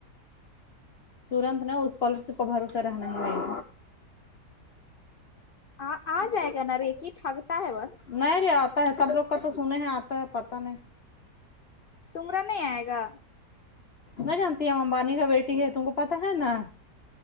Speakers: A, on the left; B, on the left.
A: ترنت نا اس اسکالر شپ کو بھروسہ رہنا نہیں
B: آ-آ جائے گا نا ریکی ٹھگتا ہے بس
A: نہیں رے آتا ہے سب لوگ کا تو سنے ہی آتا ہے پتا نہیں
B: تمرا نہیں آئے گا
A: نہ جانتی ہے ہم امبانی کا بیٹی ہے تم کو پتا ہے نا